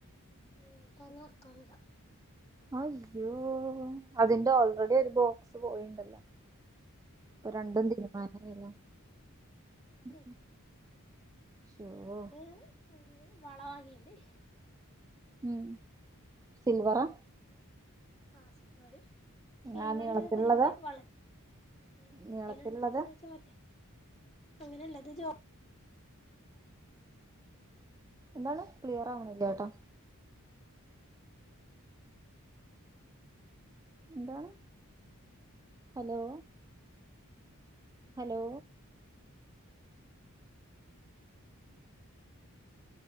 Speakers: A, on the left (about 30°); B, on the right (about 15°).
A: ഉം ഇപ്പത് വർക്കാണില്ല
B: അയ്യോ അതിന്റൊൾറെഡിയൊരു ബോക്സ് പോയിണ്ടല്ലോ? ഇപ്പം രണ്ടും തീരുമാനായിലെ? ഉം
A: തീരുമാനായി
B: ഓഹോ
A: ഞാന് ഒരു വള വാങ്ങില്ലേ?
B: ഉം സിൽവറാ?
A: ങ്ങേ ആഹ് സിൽവറ് സിൽവറിങ്ങനെ
B: ആ നീളത്തിലുള്ളതാ
A: കുഞ്ഞു കുഞ്ഞു വള നീളത്തിലുള്ളന്ന
B: നീളത്തിലുള്ളത്
A: വെച്ചാ മറ്റേ അങ്ങനെല്ല ഇത് ജോ
B: എന്താണ്? ക്ലിയറാവണില്ല്യാട്ടോ എന്താണ്? ഹലോ ഹലോ